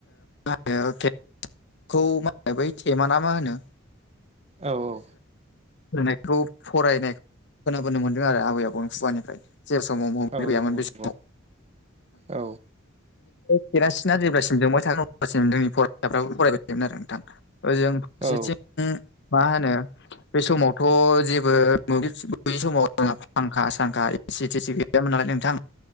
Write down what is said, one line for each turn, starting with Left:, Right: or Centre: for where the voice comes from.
Left: <unintelligible> <unintelligible> खौ मा होनो बै थेमाना मा होनो?
Right: औ औ
Left: नायखौ फरायनाय खोनाबोनो मोन्दों आरो आबै आबौनि खुवानिफ्राय जे समाव मोभ्लिब
Right: औ
Left: गैयामोन
Right: नंगौ
Left: बे
Right: नंगौ
Left: समाव
Right: औ
Left: खेरासिना जेब्लासिम जोंबाय थागोन अब्लासिम जोंनि फरायसाफ्राबो फरायबाय थोमोन आरो नोंथां। जों फारसेथिं
Right: औ
Left: उम मा होनो बे समावथ' जेबो मोब्लिब सोब्लिब समाव जोंहा फांखा सांखा एसि थेसि गैयामोन नाथाय नोंथां